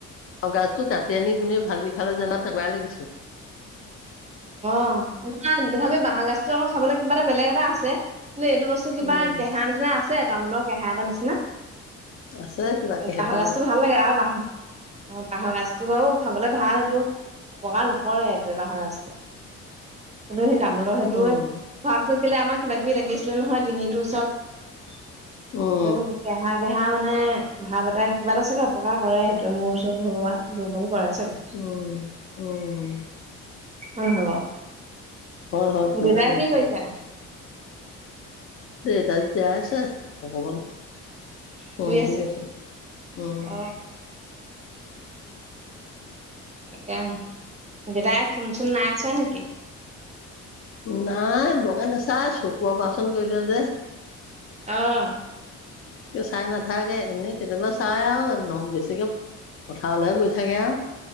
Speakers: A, on the left; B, on the right.
A: ব গাজটো কাটি আনি পুনে ভাজি <unintelligible> খাল যে <unintelligible> লাগিছিল <unintelligible>
B: অঁ ন তথাপিও বাঁহৰ গাজটো আকৌ খাবলৈ কিবা এটা বেলেগ এটা আছে। ন এইটো বস্তু কিবা
A: উম,
B: কেহা নিচিনা আছে। ছে তামোলৰ কেঁহা এাৰ নিচিনা।
A: আছে কিবা কেহেপা
B: বাঁহৰ গছতটো ভাল লাগে আৰু বাঁহ অঁ বাঁহৰ গছটো বাৰু খাবলে ভাল এইটো অপকাৰ নকৰে এইটোৱে বাঁহৰ গছটোৱে উম তামোলৰ সেইটোয়ে
A: উম,
B: খোৱাৰ পিছত যদি আমাৰ কিবা কিবি লাগি আছিলে নহয় ডিঙিটোৰ ওচৰত
A: উম,
B: হয় হা মানে ভাৱ এটা কিবা এটা চাগে অপকাৰ কৰে সেইটো মোৰ ওচৰতৰ ঘৰুৱা দুৰ্বল হয় চাগে
A: উম, উম,
B: অঁ
A: হয়, হয়,
B: অঃ
A: তেনেকুৱা
B: দেওঁতা
A: লাগিছিল।
B: কি কৰিছে?
A: এটা য আছা অগমান
B: শুই
A: অঁ বুলি
B: আছে
A: কৈছে উম
B: অ তাকে দেদাই ফোন চোন নাই ছোৱা নেকি?
A: নাই বৰকৈ নাচাই, চকুৰ অপাৰেচন কৰিলে যে।
B: অঁ
A: চাই নাথাকে এনেই কেতিয়াবা চাই আৰু ন বেছিকে পথাৰলৈহে গৈ থাকে আৰু